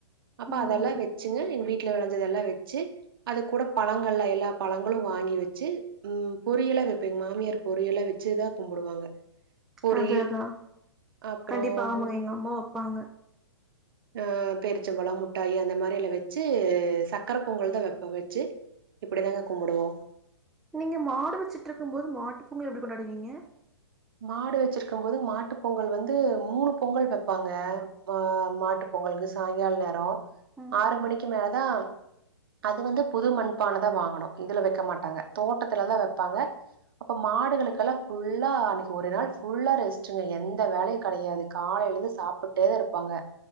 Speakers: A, on the right; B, in the centre.
A: அப்ப
B: ம்
A: அதெல்லா வச்சுங்க எங்க வீட்ல விளஞ்சதெல்லா வச்சு அது கூட பழங்கள்ல எல்லா பழங்களும் வாங்கி வச்சு ம் பொரி எல்லாம் வைப்பேங்க மாமியார் பொரி எல்லா வச்சுதா கும்பிடுவாங்க பொறியல்
B: அது அதா
A: அப்புறம்
B: கண்டிப்பா ஆமாங்க
A: மு
B: எங்க அம்மா வப்பாங்க
A: ஆ பேரீச்சம்பழம் முட்டாயி அந்த மாரில்ல வச்சு இது சர்க்கரை பொங்கல் தா வைப்போ வச்சி இப்படிதாங்க கும்பிடுவோம்
B: நீங்க மாடு வச்சுட்டுருக்கும் போது மாட்டு பொங்கல் எப்படி கொண்டாடுவீங்க
A: மாடு வச்சிருக்கும் போது மாட்டு பொங்கல் வந்து மூணு பொங்கல் வைப்பாங்க ஆ மாட்டு பொங்கலுக்கு சாயங்கால நேரம்
B: ம்
A: ஆறு மணிக்கு மேலதா அது வந்து புது மண்பானதா வாங்கணு இதுல வெக்க மாட்டாங்க தோட்டத்துலதா வெப்பாங்க அப்ப மாடுகளுக்கெல்லா ஃபுல்லா அன்னை ஒரு நாள் ஃபுல்லா ரெஸ்ட்டுங்க எந்த வேலையு கெடையாது காலைலந்து சாப்ட்டேதா இருப்பாங்க